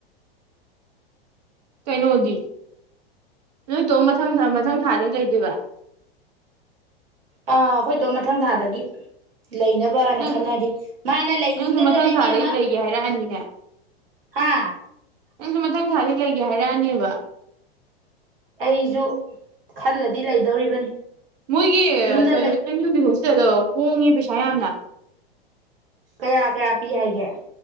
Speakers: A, on the right (about 40°); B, on the right (about 65°).
A: ꯀꯩꯅꯣꯗꯤ ꯅꯣꯏ ꯇꯣꯝ ꯃꯊꯪ ꯃꯊꯪ ꯊꯥꯅ ꯂꯩꯗꯣꯏꯕ
B: ꯑꯥ ꯑꯩꯈꯣꯏ ꯇꯣꯝ ꯃꯊꯪ ꯊꯥꯗꯒꯤ ꯂꯩꯅꯕꯅ
A: ꯅꯪ
B: ꯈꯟꯅꯔꯤ ꯃꯥꯅ ꯂꯩꯅꯤꯡꯗ꯭ꯔꯒꯅ
A: ꯅꯪꯁꯨ ꯃꯊꯪ
B: ꯏꯕꯦꯝꯃ
A: ꯊꯥꯗꯩ ꯂꯩꯒꯦ ꯍꯥꯏꯔꯛꯑꯅꯤꯅꯦ
B: ꯍꯥ
A: ꯅꯪꯁꯨ ꯃꯊꯪ ꯊꯥꯗꯩ ꯂꯩꯒꯦ ꯍꯥꯏꯔꯛꯑꯅꯦꯕ
B: ꯑꯩꯁꯨ ꯈꯜꯂꯗꯤ ꯂꯩꯗꯧꯔꯤꯕꯅꯤ
A: ꯃꯣꯏꯒꯤ
B: ꯌꯨꯝꯗ
A: ꯀꯩꯅꯣ
B: ꯂꯩ
A: ꯑꯦꯝ ꯃꯨ ꯒꯤ ꯍꯣꯁ ꯇꯦꯜꯗꯣ ꯍꯣꯡꯉꯤ ꯄꯩꯁꯥ ꯌꯥꯝꯅ
B: ꯀꯌꯥ-ꯀꯌꯥ ꯄꯤ ꯍꯥꯏꯒꯦ